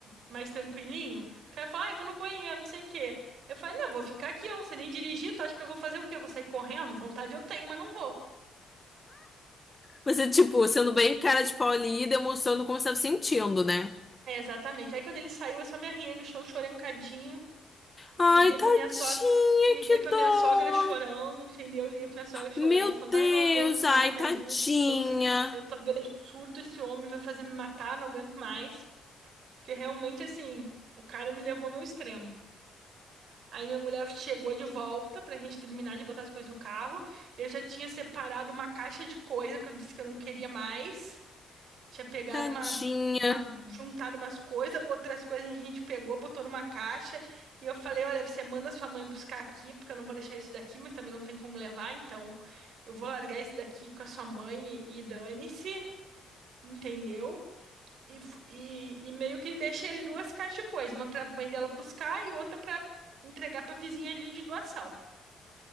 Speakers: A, on the right (about 70°); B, on the left (about 20°).
A: mais tranquilinho. O cara falou, ah, eu vou no banheiro, não sei o quê. Eu falei, não, eu vou ficar aqui, eu não sei nem dirigir, tu acha que eu vou fazer o quê? Eu Vou sair correndo? Vontade eu tenho, mas não vou.
B: Você, tipo, sendo bem cara de pau ali e demonstrando como você tava sentindo, né?
A: É, exatamente. Aí quando ele saiu, eu só me arriei no chão, chorei um cadinho
B: Ai,
A: Liguei
B: tadinha,
A: pra minha sogra, liguei
B: que
A: pra
B: dó!
A: minha sogra chorando, entendeu? Liguei pra minha sogra chorando,
B: Meu
A: falando,
B: Deus,
A: ai, não aguento mais,
B: ai,
A: me
B: tadinha,
A: ajuda. Eu tô, eu tô à beira de um surto, esse homem vai fazer me matar, não aguento mais. Porque realmente, assim, o cara me levou ao meu extremo. Aí minha mulher chegou de volta pra gente terminar de botar as coisas no carro. Eu já tinha separado uma caixa de coisa que eu disse que eu não queria mais. Tinha pegado
B: tadinha.
A: uma, uma juntado umas coisas, outras coisas a gente pegou, botou numa caixa. E eu falei: Olha, você manda sua mãe buscar aqui, porque eu não vou deixar isso daqui, mas também não tem como levar. Então eu vou largar isso daqui com a sua mãe e, e dane-se, entendeu? E, f- e, e meio que deixei ele duas caixas de coisa: uma pra mãe dela buscar e outra pra entregar pra vizinha ali de doação,